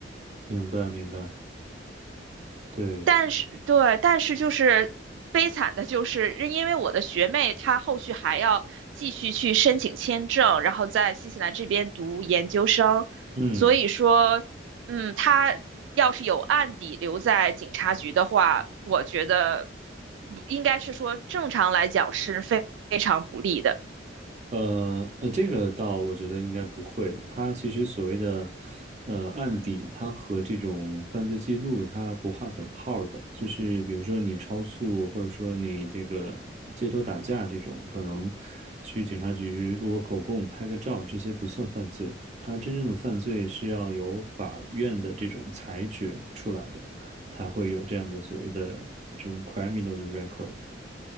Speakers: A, on the right (about 40°); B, on the right (about 85°).
A: 明白明白，对，
B: 但是对，但是就是悲惨的就是，因为我的学妹她后续还要继续去申请签证，然后在新西兰这边读研究生，
A: 嗯。
B: 所以说，嗯，她要是有案底留在警察局的话，我觉得不应该是说正常来讲是非非常不利的。
A: 呃呃，这个倒我觉得应该不会。它其实所谓的呃案底，它和这种犯罪记录它不划等号儿的。就是比如说你超速，或者说你这个街头打架这种，可能去警察局录个口供、拍个照，这些不算犯罪。它真正的犯罪是要由法院的这种裁决出来的，才会有这样的所谓的这种 criminal 的 record。